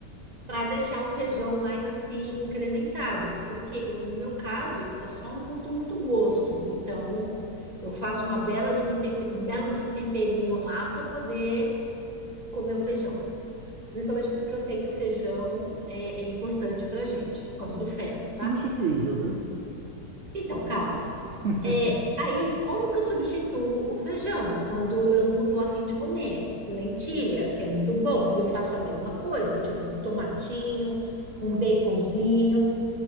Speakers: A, on the right; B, on the right.
A: para deixar o feijão mais assim incrementado, porque o- no meu caso eu só não curto muito gosto, então eu faço uma bela de um, tempe- um belo de um temperinho lá para poder comer o feijão, principalmente porque eu sei que o feijão é, é importante para gente por causa do ferro,
B: Substituível,
A: tá?
B: viu?
A: Então calma.
B: <laughs>
A: É, aí como que eu substituo o feijão quando eu não tô afim de comer? Lentilha, que é muito bom, e eu faço a mesma coisa, tipo um tomatinho, um baconzinho.